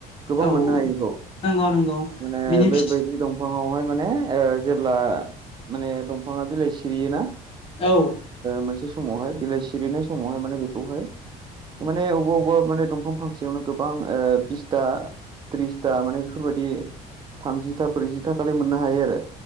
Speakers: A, on the right; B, on the left.
A: गोबां
B: औ
A: मोननो हायो बिखौ
B: नंगौ नंगौ
A: माने
B: बिनि
A: बे
B: फिथि
A: बैग्रि दं फाङावहाय माने जेब्ला माने दंफाङा बिलाइ सिरियोना
B: औ
A: मोनसे समावहाय बिलाइ सिरिनाय समावहाय माने बेखौहाय माने अबा अबेबा मे दंफां फांसेयावनो गोबां बिसथा थ्रिसथा माने बेफोरबायदि थामजिथा ब्रैजिथालाय मोननो हायो आरो।